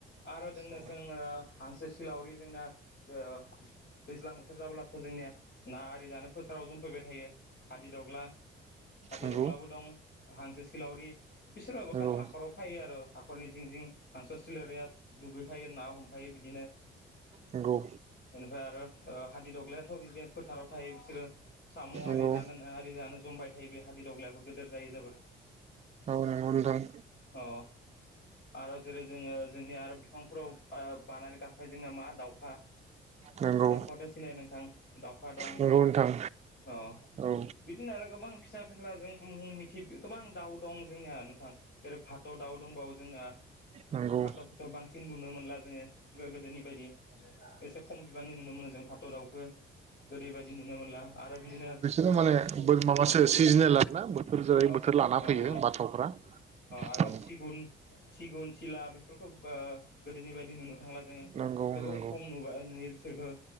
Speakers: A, on the left (about 90°); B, on the right (about 35°).
A: आरो जोंनो
B: औ
A: जोङो हांसो सिलावरि जोंन ओ दैज्लां बोथोर जाब्लाथ' जोंनिया ना आरि जानो फोथाराव जमफायबाय थायो। हादिदग्ला हादिरदग्लाबो
B: नंगौ
A: दं। हांसो सिलावरि बिसोरबा गथ
B: नंगौ
A: हाखराव फायो आरो हाखरनि जिं जिं हांसो सिलरिया दुगैफायो ना हमफायो बिदिनो
B: नंगौ
A: बेनिफ्राय आरो ओ हादि दग्लायाथ' बिदिनो फोथाराव थायो बिसोरो साम'
B: नंगौ
A: आरि जानो नाङा आरि जानो। जमबाय थायो बे हादि दग्लायाबो गिदिर जायो जोबोर
B: औ नंगौ नोंथां।
A: आ आरो जेरै जोङो जोंनि आरो बिफांफोराव फा बानानै गाबफाइदों नामा दाउखा
B: नंगौ
A: दाउहाथ' सिनाय नोंथां दाउखा दं
B: नंगौ नोंथां
A: अ
B: औ
A: बिदिनो आरो गोबां फिसा फिनला जों मुं मिथि गोबां दाउ दं जोंनिया नोंथां जेरै फाथ' दाउ दंबावो जोंना
B: नंगौ
A: फाथ'खौथ' बांसिन नुनो मोनला जोङो गोदोनि बायदि एसे खम बिबांनि नुनो मोनो जों फाथ' दाउखो गोदै बायदि नुनो मोनला आरो बिदिनो
B: नंगौ बिसोरो माने
A: ओ सि
B: माबासो
A: अ
B: सिजोनेल आरोना बोथोर जेरै
A: अ
B: बोथोर लाना
A: अ
B: फैयो बाथ'फ्रा
A: आरो
B: औ
A: सिगुन सिगुन सिला बेफोरखौ ओ गोदोनि बायदि नुनो थांला जों
B: नंगौ
A: जोबोर
B: नंगौ
A: खम नुबाय नुयो बिसोरखौ